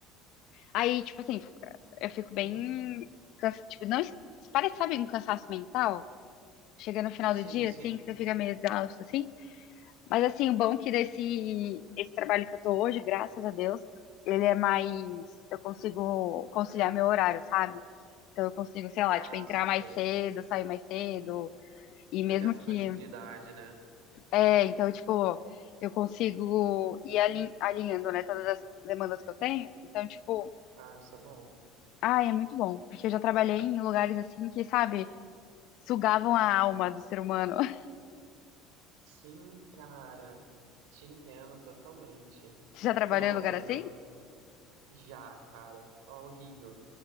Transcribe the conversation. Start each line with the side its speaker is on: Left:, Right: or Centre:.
Left: Aí, tipo assim, eu fico bem.
Right: Uhum.
Left: Cansa... Tipo, não. es- Parece, sabe, um cansaço mental? Chega no final
Right: Sim,
Left: do dia,
Right: sim.
Left: assim, que você fica meio exausto, assim. Mas assim, o bom é que desse esse trabalho que eu tô hoje, graças a Deus, ele é mais. Eu consigo conciliar meu horário, sabe? Então eu consigo, sei lá,
Right: Ah,
Left: tipo, entrar
Right: saquei.
Left: mais cedo, sair mais cedo. E mesmo
Right: Você tem essa
Left: que.
Right: flexibilidade, né?
Left: É, então, tipo, eu consigo ir alin- alinhando, né, todas as demandas que eu tenho. Então, tipo,
Right: Ah, isso é bom.
Left: ah, é muito bom. Porque eu já trabalhei em lugares assim que, sabe, sugavam a alma do ser humano. <laughs>
Right: Sim, cara, te entendo totalmente.
Left: Você já trabalhou
Right: Tipo, no,
Left: em lugar assim?
Right: no meu, Já, cara, ó, horrível.